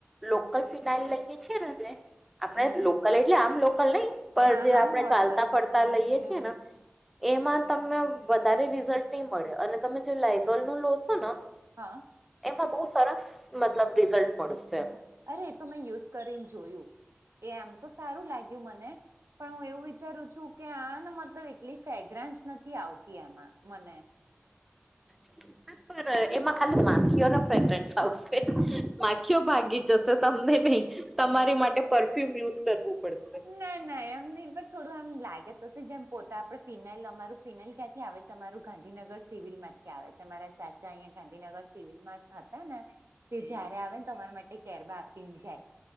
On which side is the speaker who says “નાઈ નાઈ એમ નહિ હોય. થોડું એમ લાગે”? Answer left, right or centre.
Right